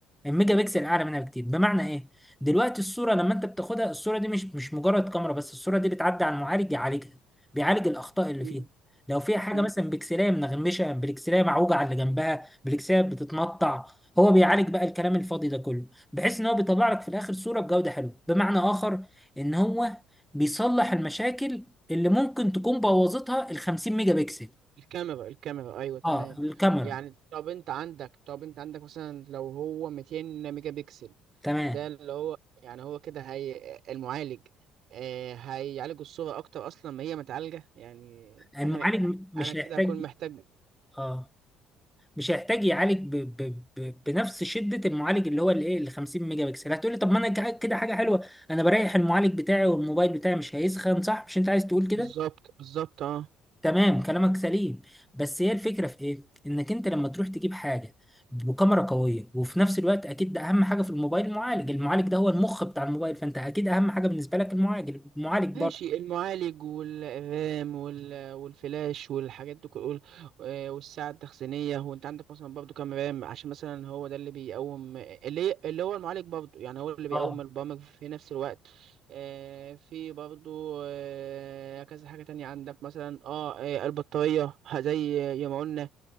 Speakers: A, in the centre; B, on the right.
A: الميجا بكسل اعلى منها بكتير بمعنى ايه دلوقتي الصوره لما انت بتاخدها الصوره دي مش مش مجرد كاميرا بس الصوره دي بتعدي على المعالج يعالجها بيعالج الاخطاء اللي
B: اكيد
A: فيها لو فيها
B: اكيد
A: حاجه مثلا بكسلايه منغمشه بكسلايه معوجه على اللي جنبها بكسلايه بتتمطع هو بيعالج بقى الكلام الفاضي ده كله بحيث ان هو بيطلع لك في الاخر صوره بجوده حلوه بمعنى اخر ان هو بيصلح المشاكل اللي ممكن تكون بوظتها ال 50 ميجا بكسل
B: الكاميرا الكاميرا ايوه تمام
A: اه الكاميرا
B: يعني طب انت عندك طب انت عندك مثلا لو هو 200 ميجا بكسل
A: تمام
B: ده اللي هو يعني هو كده هي المعالج آه هيعالج الصورة اكتر اصلا ما هي متعالجة يعني
A: المعالج
B: انا
A: م- مش
B: انا كده
A: هيحتاج
B: هكون محتاج
A: اه مش هيحتاج يعالج ب... ب... ب... بنفس شده المعالج اللي هو الايه ال 50 ميجا بكسل هتقولي طب ما انا كا- كده حاجه حلوه انا بريح المعالج بتاعي والموبايل بتاعي مش هيسخن صح مش انت عايز تقول كده
B: بالظبط بالظبط اه
A: تمام كلامك سليم بس هي الفكره في ايه انك انت لما تروح تجيب حاجه بكاميرا قويه وفي نفس الوقت اكيد ده اهم حاجه في الموبايل المعالج المعالج ده هو المخ بتاع الموبايل فانت اكيد اهم حاجه بالنسبه لك المعالج المعالج
B: ماشي
A: برضه
B: المعالج والرام وال- والفلاش والحاجات دي كل آه، والساعة التخزينية هو انت عندك مثلا برضو كام رام عشان مثلا هو ده اللي بيقوم اللي هي- اللي هو المعالج برضو يعني هو اللي بيقوم
A: اه
B: البرامج في نفس الوقت آه، في برضو آه، كذا حاجة تانية عندك مثلا اه آه، البطارية زي ما قلنا